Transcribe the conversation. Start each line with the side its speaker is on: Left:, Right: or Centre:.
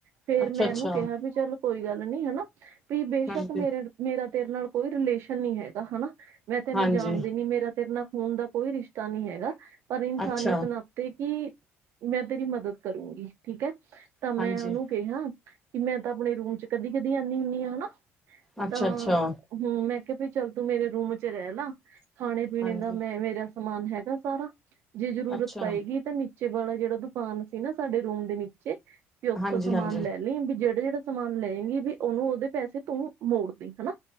Right: ਫੇਰ
Centre: ਅੱਛਾ
Right: ਮੈਂ
Centre: ਅੱਛਾ
Right: ਇਹਨੂੰ ਕਿਹਾ ਵੀ ਚੱਲ ਕੋਈ ਗੱਲ ਨੀ, ਹਨਾ ਵੀ, ਬੇਸ਼ੱਕ
Centre: ਹਾਂਜੀ,
Right: ਮੇਰੇ ਮੇਰਾ ਤੇਰੇ ਨਾਲ ਕੋਈ ਰਿਲੇਸ਼ਨ ਨੀ ਹੈਗਾ ਹਨਾ! ਮੈਂ ਤੈਨੂੰ
Centre: ਹਾਂਜੀ,
Right: ਜਾਣਦੀ ਨਹੀਂ ਮੇਰਾ ਤੇਰੇ ਨਾਲ ਖੂਨ ਦਾ ਕੋਈ ਰਿਸ਼ਤਾ ਨੀ ਹੈਗਾ! ਪਰ ਇਨਸਾਨੀਅਤ
Centre: ਅੱਛਾ,
Right: ਨਾਤੇ ਤੇ ਕੀ ਮੈਂ, ਤੇਰੀ ਮਦਦ ਕਰੂੰਗੀ। ਠੀਕ ਹੈ ਤਾਂ ਮੈਂ
Centre: ਹਾਂਜੀ,
Right: ਉਹਨੂੰ ਹਾਂ ਕਿ ਮੈਂ, ਤਾਂ ਆਪਣੇ ਰੂਮ ਚ, ਕਦੀ-ਕਦੀ ਆਉਦੀ ਹੁੰਦੀ ਹ ਹਨਾ
Centre: ਅੱਛਾ,
Right: ਤਾਂ,
Centre: ਅੱਛਾ,
Right: ਹੂੰ ਮੈਂ ਕੇਆ ਬਈ ਚੱਲ ਤੂੰ ਮੇਰੇ ਰੂਮ ਵਿੱਚ ਰੈਲਾ ਖਾਣੇ-ਪੀਣੇ
Centre: ਹਾਂਜੀ,
Right: ਦਾ ਮੈਂ ਮੇਰਾ ਸਮਾਨ ਹੈਗਾ ਸਾਰਾ, ਜੇ ਜਰੂਰਤ
Centre: ਅੱਛਾ,
Right: ਪਏਗੀ ਨੀਚੇ ਵਾਲਾ ਜੇੜਾ ਦੁਕਾਨ ਸੀ ਨਾ ਸਾਡੇ ਰੂਮ ਦੇ ਨੀਚੇ ਵੀ ਓਥੋਂ
Centre: ਹਾਂਜੀ,
Right: ਸਮਾਨ
Centre: ਹਾਂਜੀ,
Right: ਲੈ ਵੀ ਜੇੜਾ-ਜੇੜਾ ਸਮਾਨ ਲਏਗੀ ਵੀ ਉਨੂੰ ਓਦੇ ਪੈਸੇ ਤੂੰ ਮੋੜਦੀ ਹਨਾ